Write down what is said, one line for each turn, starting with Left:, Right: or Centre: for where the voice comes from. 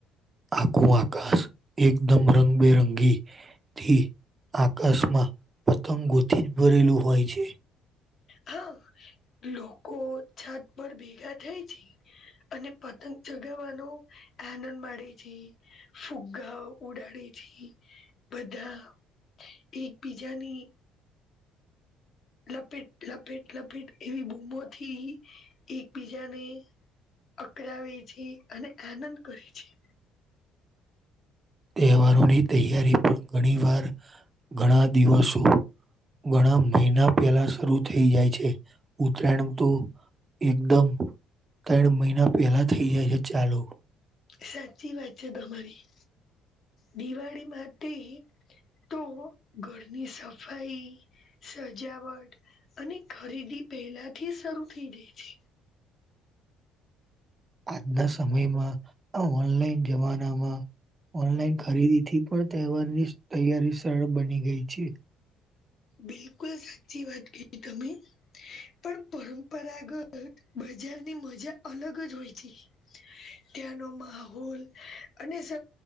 Right: આખું આકાશ એકદમ રંગબેરંગી થી આકાશમાં પતંગોથી જ ભરેલું હોય છે.
Left: હા લોકો છત પર ભેગા થાય છે. અને પતંગ ચગાવવાનો આનંદ માડે છે ફુગગા ઉડા <unintelligible> બધા એકબીજાની લપેટ લપેટ લપેટ એવી બૂમોથી એકબીજાને અકરાવી છે અને આનંદ કરીછી
Right: તહેવારોની તૈયારી પણ ઘણી વાર ઘણા દિવસો ઘણા મહિના પેલા શરૂ થઈ જાય છે ઉતરાયણ તો એકદમ ત્રણ મહિના પહેલા થઇ જાય છે ચાલુ
Left: સાચી વાત છે તમારી. દિવાળી માટે તો ઘરની સફાઈ સજાવટ અને ખરીદી પહેલાથી શરૂ થઈ જાય છે
Right: આજના સમયમાં આ ઓનલાઈન જમાનામાં ઓનલાઈન ખરીદીથી પણ તહેવારની તૈયારી સરળ બની ગઈ છે
Left: બિલકુલ સાચી વાત કીધી તમે પણ પરંપરાગત બજા જારની મજા અલગ જ હોય છે ત્યાનો માહોલ અને